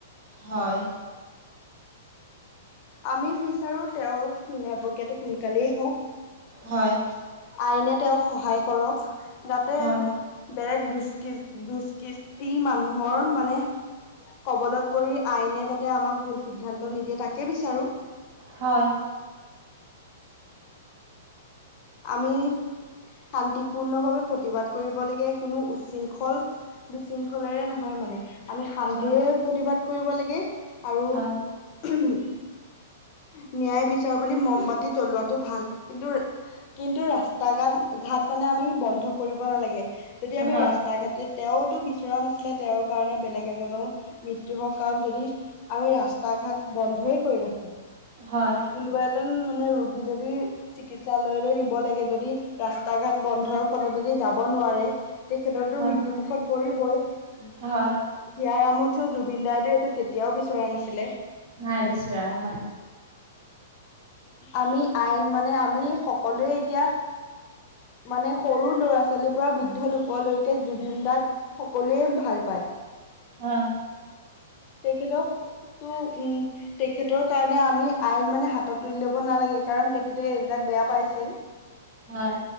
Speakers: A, on the right; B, on the left.
A: হয়।
B: আমি বিচাৰোঁ তেওঁৰ ন্যায় প্ৰক্ৰিয়াটো সোনকালেই হওঁক।
A: হয়।
B: আইনে তেওঁক সহায় কৰক যাতে
A: হয়,
B: বেলেগ দুষ্কৃ-দুষ্কৃষ্টি মানুহৰ মানে কবলত পৰি আইনে যাতে আমাক ভুল সিদ্ধান্ত নিদিয়ে তাকে বিচাৰোঁ।
A: হয়।
B: <inaudible> আমি শান্তিপূৰ্ণভাৱে প্ৰতিবাদ কৰিব লাগে, কোনো উশৃংখল বিশৃংখলেৰে নহয় মানে আমি শান্তিৰে
A: হয়,
B: প্ৰতিবাদ কৰিব লাগে। আৰু
A: হয়,
B: ন্যায় বিচাৰ বুলি মমবাতি জ্বলোৱাটো ভাল। কিন্তু কিন্তু ৰাস্তা, ঘাট ঘাট মানে আমি বন্ধ কৰিব নালাগে, যদি আমি
A: হয়,
B: ৰাস্তা ঘাট তেওঁ টো বিচৰা নাছিলে, তেওঁৰ কাৰণে বেলেগ এজনৰ মৃত্যুৰ হওক, কাৰণ যদি আৰু এই ৰাস্তা, ঘাট বন্ধইে কৰি ৰাখে,
A: হয়,
B: কোনোবা এজন মানে ৰোগী যদি চিকিৎসালয়লৈ নিব লাগে, যদি ৰাস্তা ঘাট বন্ধৰ ফলত যদি যাব নোৱাৰে তেখেতৰতো
A: হয়,
B: মৃত্যুমুখত পৰিবই। হিয়াৰ
A: হয়,
B: আমঠু জুবিন দাই ত এইটো কেতিয়াও বিচৰা নাছিলে।
A: নাই বিচৰা হয়।
B: আমি আইন মানে আমি সকলোৱে এতিয়া মানে সৰু ল'ৰা ছোৱালীৰ পৰা বৃদ্ধ লোকলৈকে জুবিন দাক সকলোৱে ভাল পায়।
A: অঁ।
B: তেখেতক তো উম তেখেতৰ কাৰণে আমি আইন মানে হাতত তুলি ল'ব নালাগে কাৰণ তেখেতে এইবিলাক বেয়া পাইছিল।
A: হয়।